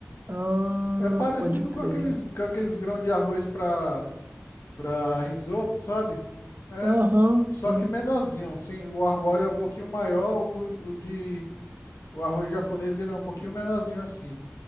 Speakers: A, on the right; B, on the left.
A: Ah,
B: É parecido
A: pode crer.
B: com aqueles, com aqueles grãos de arroz para para risoto, sabe? É,
A: Aham,
B: só
A: sim.
B: que menorzinho, sim. O arbóreo é um pouquinho maior, o, o de o arroz japonês ele é um pouquinho menorzinho assim.